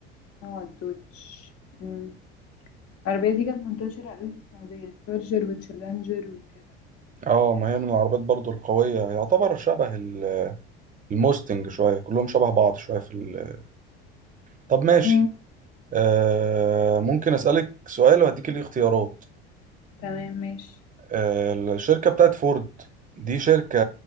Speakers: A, on the left; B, on the right.
A: اه الدوتش مم. العربية دي كانت منتشرة أوي في السعودية تشارجر وتشالنجر وكده
B: اه ما هي من العربيات برضو القوية يعتبر شبه ال- الموستنج شوية كلهم شبه بعض شوية في ال... طب ماشي
A: مم.
B: آه ممكن أسألك سؤال وهديك ليه اختيارات
A: تمام ماشي
B: آه الشركة بتاعت فورد دي شركة